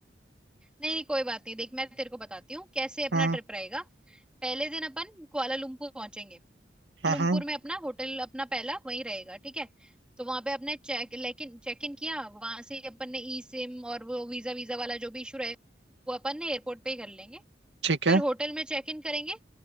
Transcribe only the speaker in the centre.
नहीं नहीं कोई बात नहीं देख मैं तेरे को बताती हूँ कैसे अपना
ट्रिप रहेगा पहले दिन अपन कुआलालंपुर पहुंचेंगे कुआलालंपुर
में अपना होटल अपना पहला वहीं रहेगा ठीक है तो वहां पे अपने चेक लेकिन चेक इन किया वहां से ही अपन ने ई सिम और वो वीजा वीजा वाला जो भी इशू रहेगा वो अपन ने एयरपोर्ट पे ही कर लेंगे
फिर
होटल में चेक इन करेंगे